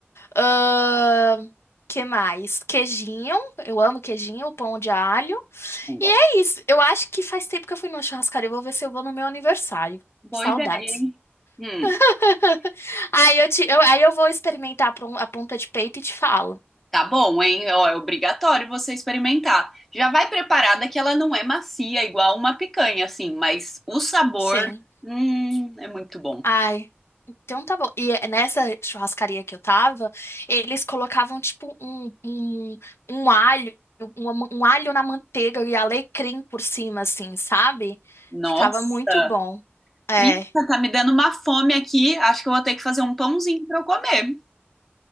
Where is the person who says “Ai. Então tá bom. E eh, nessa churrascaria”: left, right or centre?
Left